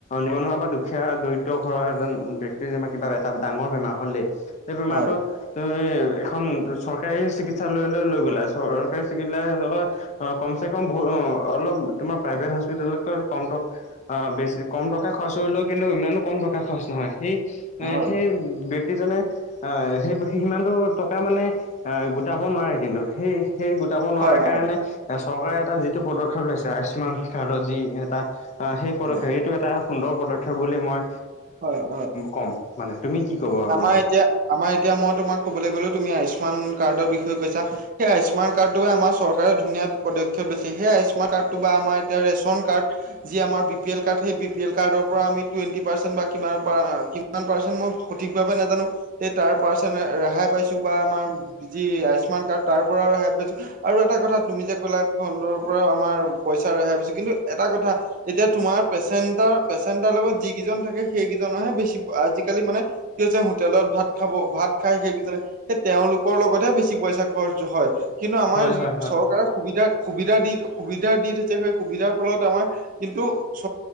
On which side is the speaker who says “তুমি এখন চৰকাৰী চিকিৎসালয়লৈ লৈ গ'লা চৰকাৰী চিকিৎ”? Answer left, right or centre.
Left